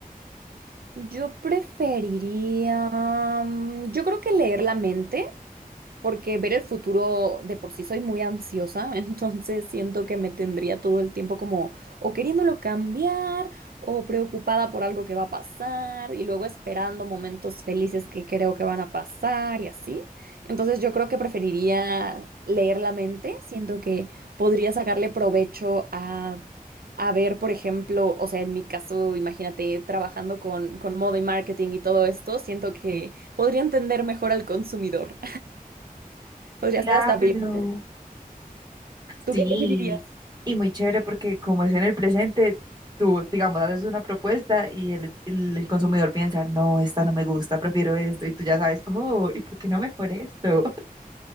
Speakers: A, on the right; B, on the right.
A: Yo preferiría, mm, yo creo que leer la mente Porque ver el futuro de por sí soy muy ansiosa, <laughs> entonces siento que me tendría todo el tiempo como o queriéndolo cambiar o preocupada por algo que va a pasar y luego esperando momentos felices que creo que van a pasar y así. Entonces yo creo que preferiría leer la mente, siento que podría sacarle provecho a, a ver, por ejemplo, o sea, en mi caso, imagínate trabajando con, con moda y marketing y todo esto, siento que podría entender mejor al consumidor. Podría
B: Claro.
A: ser hasta Bill. ¿Tú
B: Sí,
A: qué preferirías?
B: y muy chévere porque como es en el presente, tú, digamos, haces una propuesta y el, el- el consumidor piensa, no, esta no me gusta, prefiero esto, y tú ya sabes, oh, ¿y por qué no mejor esto? <laughs>